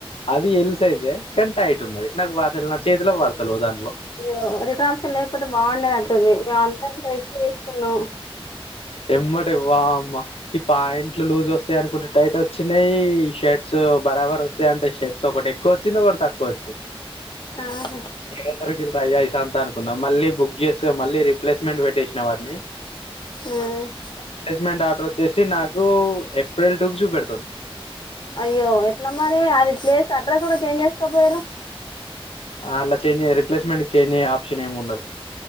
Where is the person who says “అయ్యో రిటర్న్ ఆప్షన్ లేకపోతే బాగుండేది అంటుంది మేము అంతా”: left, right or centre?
Left